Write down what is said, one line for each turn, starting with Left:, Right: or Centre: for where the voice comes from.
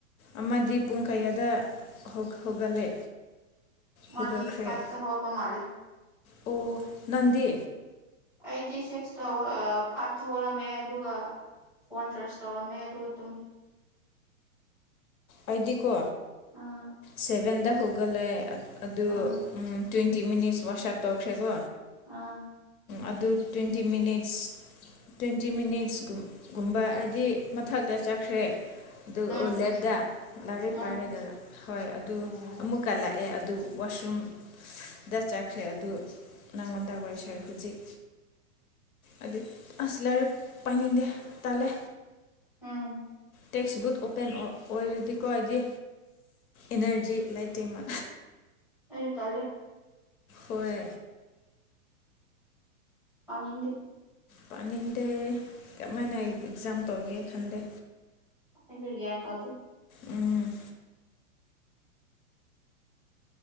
Left: ꯑꯃꯗꯤ ꯄꯨꯡ ꯀꯌꯥꯗ ꯍꯧꯒꯠꯂꯦ
Centre: ꯃꯥꯗꯤ
Left: ꯍꯧꯒꯠꯈ꯭ꯔꯦ
Centre: ꯐꯥꯏꯚꯇ ꯍꯋꯥ ꯄ ꯃꯥꯥꯂꯦ
Left: ꯑꯣ ꯅꯟꯗꯤ
Centre: ꯇ꯭ꯋꯦꯟꯇꯤ ꯁꯤꯛꯁꯇ ꯐꯥꯏꯚꯇ ꯍꯧꯔꯝꯃꯦ ꯑꯗꯨꯒ ꯐꯣꯟ ꯆꯆꯥꯥꯔꯖ ꯇꯧꯔꯝꯃꯦ ꯑꯗꯨ ꯑꯗꯨꯝ
Left: ꯑꯩꯗꯤꯀꯣ
Centre: ꯑꯥ
Left: ꯁꯚꯦꯟꯗ ꯍꯧꯒꯠꯂꯦ ꯑꯗꯨ
Centre: ꯑꯥ
Left: ꯇ꯭ꯋꯦꯟꯇꯤ ꯃꯤꯅꯤꯠꯁ ꯋꯥꯁꯑꯞ ꯇꯧꯈ꯭ꯔꯦꯀꯣ
Centre: ꯑꯥ
Left: ꯑꯗꯨ ꯇ꯭ꯋꯦꯟꯇꯤ ꯃꯤꯅꯤꯠꯁ ꯇ꯭ꯋꯦꯟꯇꯤ ꯃꯤꯅꯤꯠꯁꯒꯨꯝꯕ ꯍꯥꯏꯕꯗꯤ ꯃꯊꯛꯇ ꯆꯠꯈ꯭ꯔꯦ ꯑꯗꯨ
Centre: ꯎꯝ
Left: ꯂꯦꯞꯇ ꯂꯥꯏꯔꯦ
Centre: ꯎꯝ
Left: ꯄꯥꯏꯔꯒ ꯍꯣꯏ ꯑꯗꯨ
Centre: ꯎꯝ
Left: ꯑꯃꯨꯛꯀ ꯂꯥꯛꯑꯦ ꯑꯗꯨ ꯋꯥꯁꯔꯨꯝꯗ ꯆꯠꯈ꯭ꯔꯦ ꯑꯗꯨ ꯅꯪꯉꯣꯟꯗ ꯋꯥꯔꯤ ꯁꯋ ꯍꯧꯖꯤꯛ ꯑꯗꯨ ꯑꯁꯂꯥꯔꯦ ꯄꯅꯤꯗꯦ ꯇꯂꯦ
Centre: ꯎꯝ
Left: ꯇꯦꯛꯁ ꯕꯨꯠ ꯑꯣꯄꯦꯟ ꯑꯣꯏꯔꯗꯤꯀꯣ ꯍꯥꯏꯗꯤ ꯑꯦꯅꯔꯖꯤ ꯂꯩ ꯇꯦꯝꯃ
Centre: ꯑꯁꯨ ꯇꯂꯦ
Left: ꯍꯣꯏ
Centre: ꯑꯅꯤꯡꯗꯤ
Left: ꯄꯥꯅꯤꯡꯗꯦ ꯀꯃꯥꯏꯅ ꯑꯦꯛꯖꯥꯝ ꯇꯧꯒꯦ ꯈꯟꯗꯦ
Centre: ꯍꯥꯏꯒꯦ ꯇ ꯑꯗꯨ
Left: ꯎꯝ